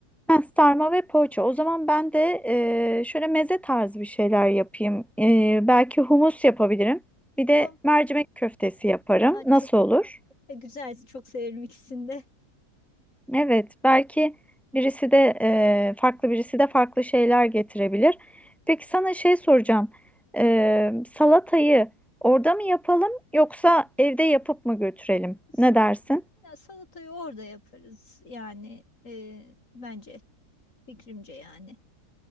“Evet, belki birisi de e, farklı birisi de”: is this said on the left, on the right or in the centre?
Centre